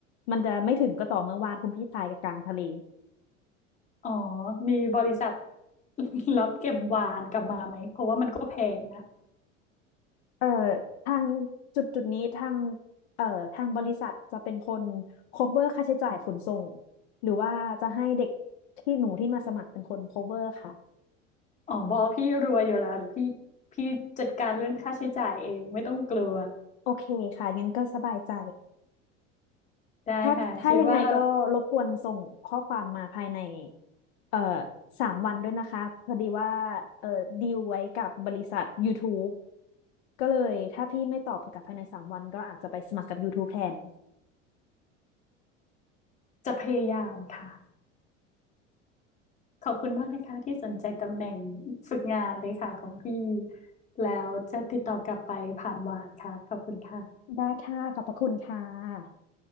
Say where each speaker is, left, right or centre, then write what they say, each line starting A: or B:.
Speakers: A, on the left; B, on the left.
A: มันจะไม่ถึงก็ต่อเมื่อวานคุณพี่ตายกลางทะเล
B: อ๋อมีบริษัท <laughs> รับเก็บวานกลับมาไหมเพราะว่ามันก็แพงนะ
A: เอ่อทางจุดจุดนี้ทางเอ่อทางบริษัทจะเป็นคน cover ค่าใช้จ่ายขนส่งหรือว่าจะให้เด็กที่หนูที่มาสมัครเป็นคน cover ค่ะ
B: อ๋อบอพี่รวยอยู่แล้วหรือพี่พี่จัดการเรื่องค่าใช้จ่ายเองไม่ต้องกลัว
A: โอเคค่ะงั้นก็สบายใจ
B: ได้ค่ะคิดว่า
A: ถ้าถ้ายังไงก็รบกวนส่งข้อความมาภายในเอ่อสามวันด้วยนะคะพอดีว่าเอ่อดีลไว้กับบริษัท YouTube ก็เลยถ้าพี่ไม่ตอบกลับภายในสามวันก็อาจจะไปสมัครกับ YouTube แทน
B: จะพยายามค่ะขอบคุณมากนะคะที่สนใจตำแหน่งฝึกงานเลยค่ะของพี่แล้วจะติดต่อกลับไปผ่านวานค่ะขอบคุณค่ะ
A: ได้ค่ะขอบพระคุณค่ะ